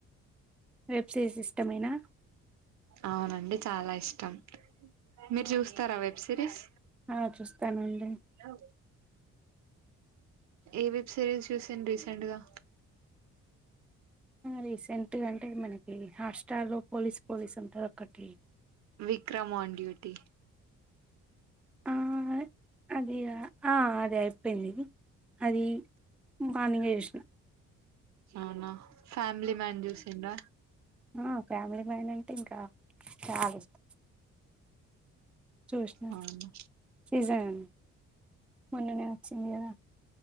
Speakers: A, in the centre; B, on the right.
A: వెబ్ సిరీస్ సిస్టమేనా.
B: అవునండి చాలా ఇష్టం. మీరు చూస్తారా వెబ్ సిరీస్.
A: ఆ చూస్తానండి
B: హలో ఏ వెబ్ సిరీస్ చూసింర్రు రీసెంట్గా.
A: రీసెంట్గా అంటే మనకి హాట్స్టార్ లో పోలీస్ పోలీస్ ఉంటది ఒక్కటి
B: విక్రమ్ ఆన్ డ్యూటి.
A: ఆ అదిగా ఆ అది అయిపోయింది. అది మార్నింగే చూశిన.
B: అవునా ఫ్యామిలీ మ్యాన్ చూసింర్రా.
A: ఆ ఫ్యామిలీమ్యాన్ అంటే ఇంకా చాలిష్టం. చూశిన
B: అవును
A: సీజన్ మొన్ననే వచ్చింది కదా.